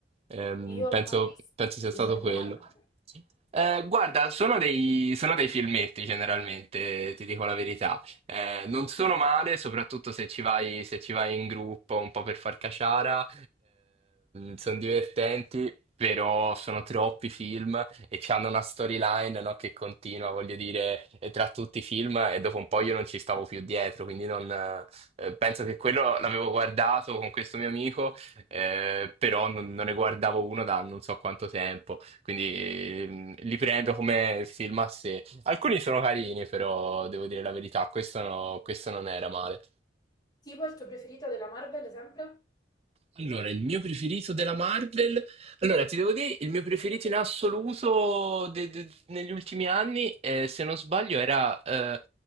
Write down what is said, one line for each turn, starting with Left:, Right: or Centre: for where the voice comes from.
Right: Ehm,
Left: Io
Right: penso,
Left: ho mai visto
Right: penso
Left: il
Right: sia
Left: film
Right: stato
Left: della
Right: quello.
Left: Marvel.
Right: Eh, guarda, sono dei, sono dei filmetti generalmente, ti dico la verità. Eh, non sono male, soprattutto se ci vai, se ci vai in gruppo un po' per far caciara. sono divertenti, però sono troppi film e hanno una storyline, no, che continua, voglio dire, eh, tra tutti i film e dopo un po' io non ci stavo più dietro, quindi non, eh, penso che quello l'avevo guardato con questo mio amico, eh, però non non ne guardavo uno da non so quanto tempo quindi ehm, li prendo come film a sé. Alcuni sono carini, però devo dire la verità, questo, no- questo non era male.
Left: Tipo il tuo preferito della Marvel sempre?
Right: Allora, il mio preferito della Marvel. Allora, ti devo dire, il mio preferito in assoluto de- de- negli ultimi anni, eh, se non sbaglio, era eh,